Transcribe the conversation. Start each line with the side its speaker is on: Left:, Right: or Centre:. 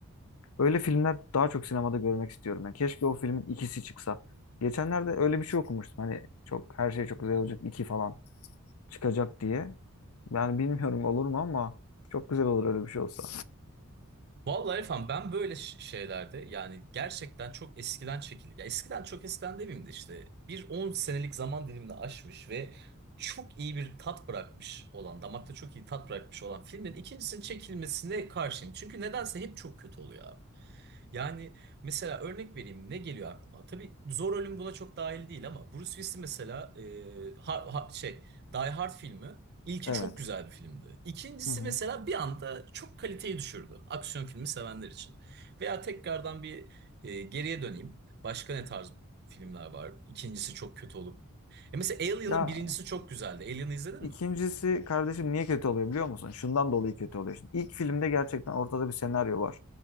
Left: Öyle filmler daha çok sinemada görmek istiyorum. Yani keşke o filmin ikisi çıksa. Geçenlerde öyle bir şey okumuştum. Hani çok her şey çok güzel olacak iki falan çıkacak diye. Yani bilmiyorum olur mu ama çok güzel olur öyle bir şey olsa.
Right: Vallahi efendim ben böyle ş- şeylerde yani gerçekten çok eskiden çekildi. Ya eskiden çok eskiden demeyeyim de işte bir 10 senelik zaman dilimini aşmış ve çok iyi bir tat bırakmış olan, damakta çok iyi tat bırakmış olan filmin ikincisinin çekilmesine karşıyım. Çünkü nedense hep çok kötü oluyor abi. Yani mesela örnek vereyim ne geliyor aklıma? Tabii Zor Ölüm buna çok dahil değil ama Bruce Willis mesela e, ha- ha- şey Die Hard filmi ilki
Left: Evet.
Right: çok güzel bir filmdi. İkincisi
Left: Hı hı.
Right: mesela bir anda çok kaliteyi düşürdü aksiyon filmi sevenler için. Veya tekrardan bir e, geriye döneyim. Başka ne tarz filmler var? İkincisi çok kötü olup. E mesela Alien'ın
Left: Ya
Right: birincisi çok güzeldi. Alien'ı izledin
Left: İkincisi
Right: mi?
Left: kardeşim niye kötü oluyor biliyor musun? Şundan dolayı kötü oluyor. Şimdi ilk filmde gerçekten ortada bir senaryo var.